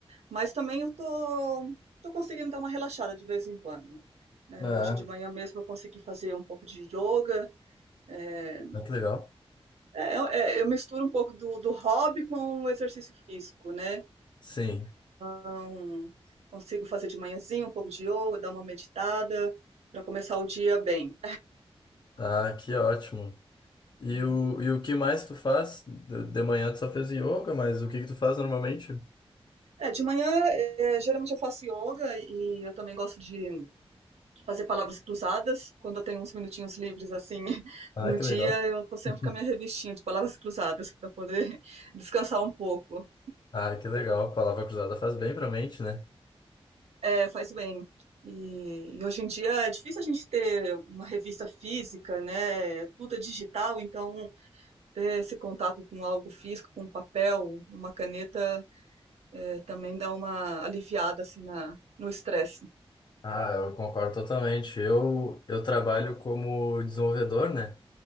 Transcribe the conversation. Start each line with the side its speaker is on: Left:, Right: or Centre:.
Right: mas também eu tô, tô conseguindo dar uma relaxada de vez em quando. né?
Left: Ah,
Right: Hoje de manhã mesmo eu consegui fazer um pouco de yoga. é,
Left: ah, que legal.
Right: É, eu é, eu misturo um pouco do, do hobby com o exercício físico, né?
Left: Sim.
Right: Então, consigo fazer de manhãzinha um pouco de yoga, dar uma meditada para começar o dia bem.
Left: Ah, que ótimo. E
Right: Hum.
Left: o, e o que mais tu faz? De, de manhã tu só fez yoga, mas o que que tu faz normalmente?
Right: É, de manhã, é, geralmente eu faço yoga e eu também gosto de fazer palavras cruzadas. Quando eu tenho uns minutinhos livres assim <laughs>
Left: Ah,
Right: no
Left: que
Right: dia,
Left: legal.
Right: eu tô sempre
Left: <laughs>
Right: com a minha revistinha de palavras cruzadas para poder <laughs> descansar um pouco.
Left: Ah, que legal. Palavra cruzada faz bem pra mente, né?
Right: É, faz bem. E, e hoje em dia é difícil a gente ter uma revista física, né? É Tudo é digital, então ter esse contato com algo físico, com um papel, uma caneta, é, também dá uma aliviada assim na, no estresse.
Left: Ah, eu concordo totalmente. Eu, eu trabalho como desenvolvedor, né?